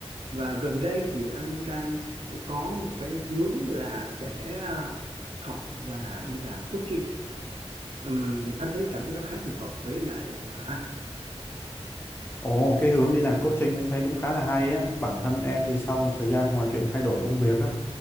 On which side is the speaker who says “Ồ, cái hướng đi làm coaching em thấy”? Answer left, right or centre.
Left